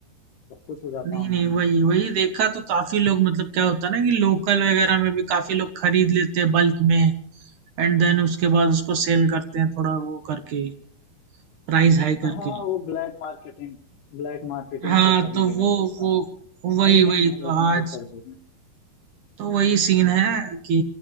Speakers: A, on the left; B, on the right.
A: सब कुछ हो जाता
B: नहीं
A: है ऑनलाइन
B: नहीं वही वही देखा तो काफी लोग मतलब क्या होता है ना कि लोकल वगैरह में भी काफी लोग खरीद लेते हैं बल्क में एंड देन उसके बाद उसको सेल करते हैं थोड़ा वो करके प्राइस हाई
A: हाँ
B: करके
A: वो ब्लैक मार्केटिंग ब्लैक मार्केटिंग
B: हाँ
A: तो सभी
B: तो
A: जगह
B: वो
A: चलता
B: वो
A: है सही
B: वही वही
A: नहीं है
B: तो
A: लेकिन
B: आज
A: लोग कर देते हैं
B: तो वही सीन है कि